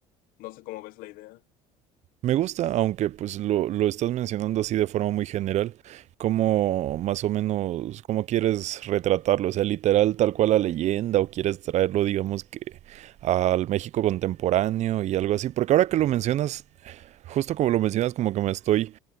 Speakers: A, on the left (about 70°); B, on the right (about 50°).
A: No sé cómo ves la idea.
B: Me gusta, aunque pues lo, lo estás mencionando así de forma muy general, cómo más o menos, cómo quieres retratarlo, o sea, literal tal cual la leyenda, o quieres traerlo, digamos que al México contemporáneo y algo así, porque ahora que lo mencionas, Justo como lo mencionas, como que me estoy